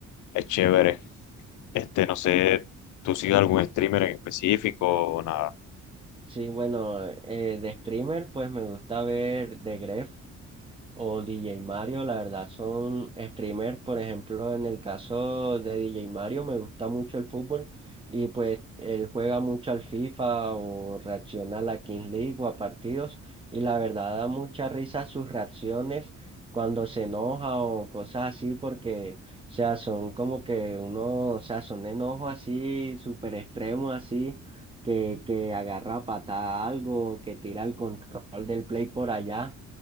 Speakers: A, on the left (about 80°); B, on the right (about 15°).
A: es chévere. Este, no sé, ¿tú sigues algún streamer en específico o nada?
B: Sí, bueno, eh, de streamer, pues me gusta ver The Gref. O DJ Mario, la verdad, son streamers. Por ejemplo, en el caso de DJ Mario, me gusta mucho el fútbol y pues él juega mucho al FIFA o reacciona a la Kings League o a partidos. Y la verdad, da mucha risa sus reacciones cuando se enoja o cosas así, porque, o sea, son como que uno, o sea, son enojos así, súper extremos así que, que agarra a patada algo, que tira el control del play por allá.